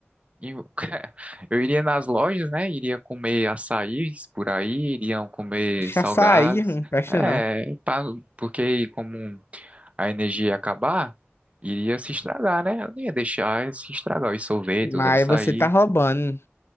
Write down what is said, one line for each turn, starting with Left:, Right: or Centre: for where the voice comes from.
Right: em- <laughs> eu iria nas lojas, né? Iria comer açaís por aí, iriam comer salgados.
Left: Açaí não presta
Right: É,
Left: não.
Right: pra- porque como a energia ia acabar, iria se estragar, né? Eu não ia deixar se estragar os sorvetes,
Left: Mas
Right: os açaí.
Left: você tá roubando.